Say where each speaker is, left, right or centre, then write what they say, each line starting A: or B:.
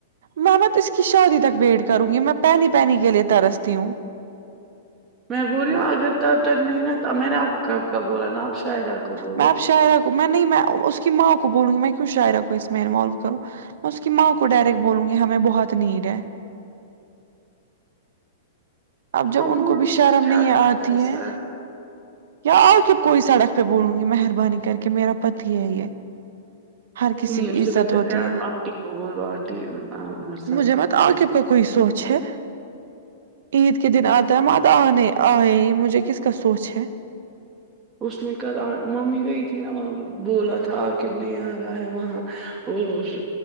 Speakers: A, on the right; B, on the right.
A: محمت اس کی شادی تک ویٹ کروں گی میں پہنی پہنی کے لیے ترستی ہوں
B: میں بول رہی
A: وہ
B: ہوں اگر تب تک نہیں نا میں نے آپ کو کب کب بولا نا آپ شاع آپ کو بولو
A: میں اب شاعرہ میں نہیں میں اس کی ماں کو بولوں گی میں کیوں شاعرہ کو اس میں انوالو کروں میں اس کی ماںؤ کو ڈائریکٹ بولوں گی ہمیں بہت نیڈ ہے اب جب
B: ہاں
A: ان
B: بولو
A: کو بھی
B: اس
A: شرم
B: میں کیا
A: نہیں
B: اپنا
A: آتی
B: پیسہ
A: ہے یا آ کے کوئی سڑک پہ بولوں گی مہربانی کر کے میرا پتی ہے یہ ہر کسی
B: نہیں
A: کی
B: اس
A: عزت
B: سے بہتر
A: ہوتی
B: ہے آپ آنٹی کو بولو آنٹیر صاحب
A: مجھے
B: کے
A: مت
B: کھ
A: عاقب کا کوئی سوچ ہے عید کے دن آتا
B: پیسے۔
A: ہے مات آنے آئے مجھے کس ک سوچ ہے
B: اس نے کل ممی گئی تھی نا وہ بولا تھا آ کےب نہیں آ رہا ہے وہاں ا